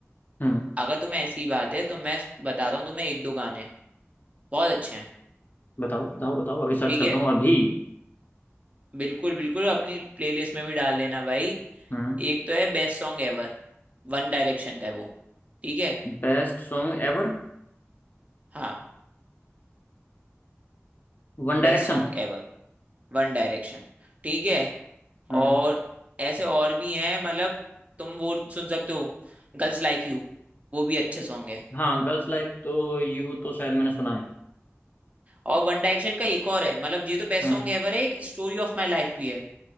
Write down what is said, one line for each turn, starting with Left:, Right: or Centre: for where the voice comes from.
Left: हम्म
Right: अगर तुम्हें ऐसी बात है तो मैं बताता हूँ तुम्हें एक दो गाने बहुत अच्छे हैं
Left: बताओ बताओ बताओ अभी सर्च
Right: ठीक
Left: करता
Right: है
Left: हूँ अभी
Right: बिल्कुल बिल्कुल अपनी प्लेलिस्ट में भी डाल लेना भाई
Left: हम्म
Right: एक तो है best song ever One Direction का है वो ठीक है
Left: Best song ever
Right: हाँ
Left: One Direction
Right: best song ever One Direction ठीक है
Left: हम्म
Right: और ऐसे और भी हैं मतलब तुम वो सुन सकते हो गर्ल्स लाइक यू वो भी अच्छा सॉन्ग है
Left: हाँ गर्ल्स लाइक तो यू तो शायद मैंने सुना है
Right: और वन डायरेक्शन का एक और है मतलब ये तो बेस्ट
Left: हम्म
Right: सॉन्ग एवर है एक स्टोरी ऑफ माई लाइफ भी है